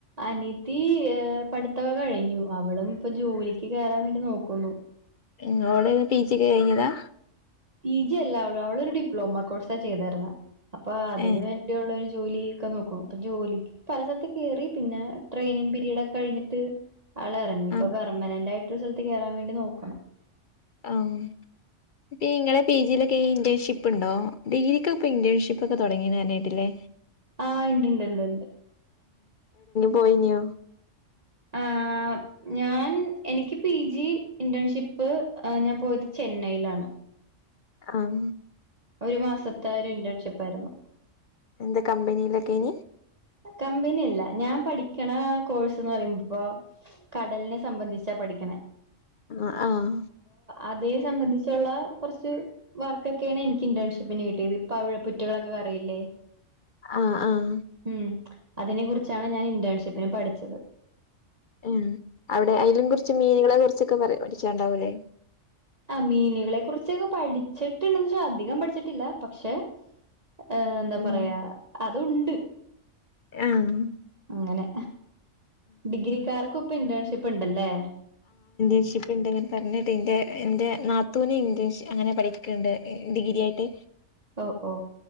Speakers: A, on the right; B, on the left.
A: അനിത്തി ർ പഠിത്തൊക്കെ കഴിഞ്ഞു അവളും ഇപ്പൊ ജോലിക്ക് കയറാൻ വേണ്ടി നോക്കുന്നു
B: നിങ്ങളോട് പി ജിക്ക് കഴിഞ്ഞതാ
A: പി ജി അല്ല ഉള്ളൂ അവളൊരു ഡിപ്ലോമ കോഴ്സ ചെയ്തരുന്ന അപ്പൊ അതിനന്
B: ഏ
A: വേണ്ടിയുള്ള ഒരു ജോലി ക്കെ നോക്ക ഇപ്പൊ ജോലിക്ക് പല സ്ഥലത്ത് കേറി പിന്നെ ട്രെയിനിങ് പിീരീഡ് ഒക്കെ കഴിഞ്ഞിട്ട് ആൾ ഇറങ്ങി ഇപ്പൊ
B: ആഹ്
A: പെർമനന്റ് ആയിട്ടൊരു സ്ഥലത്ത് കയറാൻ വേണ്ടി നോക്കണം
B: ആഹ ഇപ്പ നിങ്ങളെ പി ജിയിലൊക്കെ ഇന്റേൺഷിപ്പ് ഉണ്ടോ ഡിഗ്രക്ക്ൊ ഇപ്പ ഇന്റേൺഷിപ്പ് ഒക്കെ തുടങ്ങിണ് ന്ന് പറഞ്ഞു ക്കേറ്റ് ല്ലേ
A: ആഹ ഇണ്ട്ണ്ട് ഇണ്ട്ണ്ട്
B: പോയിന്ു
A: ആ ഞാൻ എനിക്ക് പി ജി ഇന്റേൺഷിപ്പ് ഞാൻ പോയത് ചെന്നൈയിലാണ്
B: ആഹ
A: ഒരു മാസത്തെ ഒരു ഇന്റേൺഷിപ്പ് ആയിരുന്നു
B: എന്ത കമ്പനയിലൊക്കെണ
A: കമ്പനിയല്ല ഞാൻ പഠിക്കണ കോഴ്സ് പറയുമ്പോപ്പോ കടലിനെ സംബന്ധിച്ച പഠിക്കണെ
B: ആഹ് ആഹ്
A: അതേ സംബന്ധിച്ചുള്ള കുറച്ച് വർക്കൊക്കെയാണ് എനിക്ക് ഇന്റേൺഷിപ്പിന് കിട്ടിയത് ഇപ്പൊ അവടെ കുറ്റികളൊക്കെ അറിയില്ലേ?
B: ആഹ് ആഹ്
A: ഉം അതിനെ കുറിച്ചാണ് ഞാൻ ഇന്റേൺഷിപ്പിന് പഠിച്ചത്
B: ഉം അവിടെ അലും കുറച്ച് മീനുകളെ കുറിച്ചൊക്കെ പറ പഠിച്ചണ്ടാവൂല്ലേ
A: ആ മീനുകളെ കുറിച്ചൊക്കെ പഠിച്ചിട്ടുണ്ട് അധികം പഠിച്ചിട്ടില്ല പക്ഷെ ഏ എന്താ
B: ഉം
A: പറയാ അതുണ്ട്
B: ആഹ്
A: അങ്ങനെ ഡിഗ്രിക്കർക്കും ഇപ്പ ഇന്റേൺഷിപ്പ് ഉണ്ടല്ലേ
B: ഇഷിപ്പ് ഇണ്ട് പറഞ്ഞിട്ട് ഇന്റെ ഇന്റെ നാത്തൂവിനെ ഇ് അങ്ങനെ പഠിക്കുന്നുണ്ട് ഡിഗ്രി ആയിട്ട്
A: ഓ ഓ